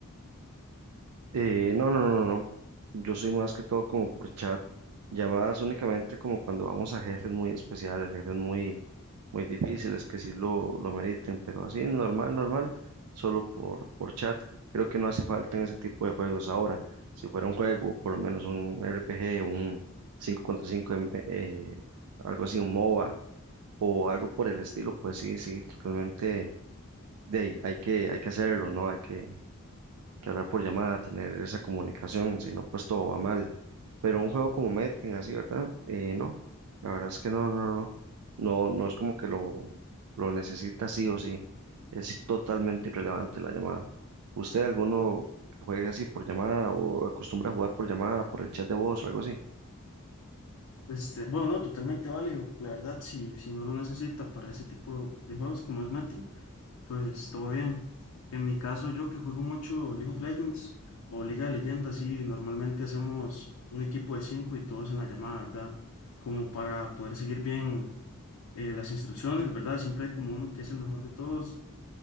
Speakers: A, on the right; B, on the left.
A: Eh, no, no, no, no. Yo soy más que todo como por chat, llamadas únicamente como cuando vamos a jefes muy especiales, jefes muy, muy difíciles que sí lo, lo meriten, pero así normal, normal, solo por, por chat. Creo que no hace falta en ese tipo de juegos ahora. Si fuera un juego, por lo menos un RPG, un 5 contra 5, em- eh, eh, algo así, un MOBA o algo por el estilo, pues sí, sí, totalmente, de, ahí, hay que, hay que hacerlo, ¿no? Hay que que hablar por llamada, tener esa comunicación, si no, pues todo va mal. Pero un juego como Metin, así, ¿verdad? Eh, no, la verdad es que no, no, no, no, no es como que lo, lo necesita sí o sí, es totalmente irrelevante la llamada. ¿Usted alguno juega así por llamada o acostumbra a jugar por llamada, por el chat de voz o algo así?
B: Este, bueno, no, totalmente válido. La verdad, si, si no lo necesita para ese tipo de juegos como es Metin, pues todo bien. En mi caso, yo que juego mucho League of Legends o Liga de Leyendas, sí, normalmente hacemos un equipo de cinco y todos en la llamada, ¿verdad? Como para poder seguir bien eh, las instrucciones, ¿verdad? Siempre hay como uno que es el mejor de todos